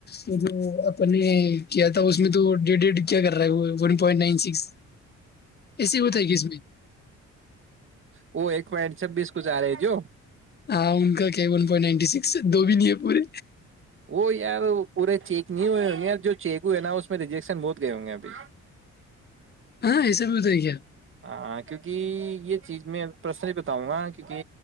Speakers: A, on the left; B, on the right.
A: وہ جو اپنے کیا تھا اس میں تو ڈی ڈی کیا کر رہا ہے وہ ون پوائنٹ نائن سکس ایسے ہوتا ہے کہ اس میں
B: وہ ایک پوینٹ سھ بیس کچھ آ رہے ہے جو
A: ہاں ان کا کیان پوائنٹ نائنٹی سکس دو بھی نہیں ہے پورے
B: وہ یار پورے چیک نہیں ہوئے ہوں گے جو چیک ہوئے نا اس میں ریجیکشن بہت گئے ہوں گے ابھی
A: ہاں ایسا بھی ہوت ہے کیا
B: ہاں کیونکہ یہ چیز میں پرسنلی بتاؤں گا کیوںکہ